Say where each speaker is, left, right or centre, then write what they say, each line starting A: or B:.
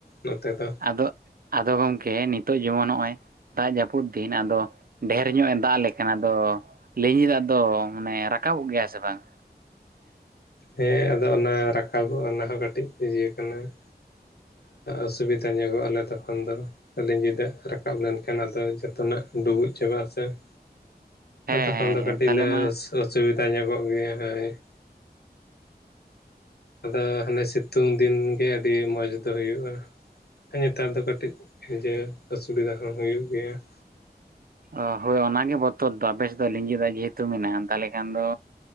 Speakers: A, on the left; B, on the right.
A: ᱱᱚᱛᱮ ᱫᱚ
B: ᱟᱫᱚᱜ, ᱟᱫᱚ ᱜᱚᱝᱠᱮ ᱱᱤᱛᱚᱜ ᱡᱮᱢᱚᱱ ᱱᱚᱜᱼᱚᱭ ᱫᱟᱜ ᱡᱟᱹᱯᱩᱫ ᱫᱤᱱ, ᱟᱫᱚ, ᱰᱷᱮᱨ ᱧᱚᱜ ᱮ ᱫᱟᱜ ᱞᱮᱠᱷᱟᱱ ᱟᱫᱚ ᱞᱤᱸᱡᱤᱸ ᱫᱟᱜ ᱫᱚ ᱢᱟᱱᱮ ᱨᱟᱠᱟᱵᱚᱜ ᱜᱮᱭᱟ ᱥᱮ ᱵᱟᱝ?
A: ᱦᱮᱸ ᱟᱫᱚ ᱚᱱᱟ ᱨᱟᱠᱟᱵᱚᱜᱼᱟ ᱚᱱᱟ ᱦᱚᱸ ᱠᱟᱹᱴᱤᱡ ᱤᱭᱟᱹ ᱠᱟᱱᱟ ᱾ ᱚᱥᱩᱵᱤᱫᱟ ᱧᱚᱜᱚᱜ ᱟᱞᱮ ᱛᱚᱠᱷᱚᱱ ᱫᱚ ᱾ ᱞᱤᱸᱡᱤᱸ ᱫᱟᱜ ᱨᱟᱠᱟᱵ ᱞᱮᱱᱠᱷᱟᱱ ᱟᱫᱚ ᱡᱚᱛᱚᱱᱟᱜ ᱰᱩᱵᱩᱡ ᱪᱟᱵᱟᱜ ᱟᱥᱮ ᱾
B: ᱦᱮᱸ
A: ᱛᱚᱠᱷᱚᱱ
B: ᱦᱮᱸ
A: ᱫᱚ
B: ᱦᱮᱸ
A: ᱠᱟᱹᱴᱤᱡ
B: ᱛᱟᱦᱚᱞᱮ
A: ᱞᱮ
B: ᱢᱟ
A: ᱚᱥ ᱚᱥᱩᱵᱤᱫᱟ ᱧᱚᱜᱚᱜ ᱜᱮᱭᱟ ᱦᱳᱭ ᱾ ᱟᱫᱚ ᱦᱟᱱᱮ ᱥᱤᱛᱩᱝ ᱫᱤᱱ ᱜᱮ ᱟᱹᱰᱤ ᱢᱚᱸᱡᱽ ᱫᱚ ᱦᱩᱭᱩᱜᱼᱟ ᱾ ᱱᱮᱛᱟᱨ ᱫᱚ ᱠᱟᱹᱴᱤᱡ ᱤᱭᱟᱹ ᱚᱥᱩᱵᱤᱫᱟ ᱦᱚᱸ ᱦᱩᱭᱩᱜ ᱜᱮᱭᱟ ᱾
B: ᱚ ᱦᱳᱭ ᱚᱱᱟᱜᱮ ᱵᱚᱛᱚᱨ ᱫᱚ ᱟᱯᱮᱥᱮᱫ ᱫᱚ ᱞᱤᱸᱡᱤᱸ ᱫᱟᱜ ᱡᱮᱦᱮᱛᱩ ᱢᱮᱱᱟᱜᱼᱟ ᱛᱟᱦᱞᱮ ᱠᱷᱟᱱ ᱫᱚ